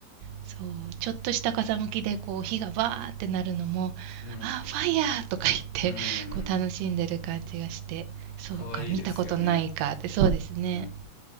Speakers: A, on the right (about 80°); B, on the left (about 85°).
A: そう、ちょっとした風向きでこう火がバーってなるのも、
B: うん、
A: あ、ファイヤーとか言って、
B: うん、う
A: <laughs> こう楽しんでる感じがして、
B: ん、
A: そうか、
B: かわいいですよね。
A: 見たことないかって、そうですね。
B: うん。